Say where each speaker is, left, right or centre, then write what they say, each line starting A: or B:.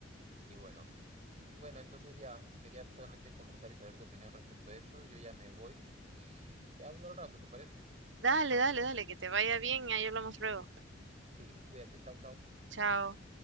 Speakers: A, on the right; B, on the right.
A: sí, bueno. Bueno, entonces ya, quería solamente conversar y saber tu opinión respecto a eso. Yo ya me voy y te hablo al rato, ¿te parece?
B: Dale, dale, dale, que te vaya bien y ahí hablamos luego.
A: Sí, cuídate. Chau, chau.
B: Chao.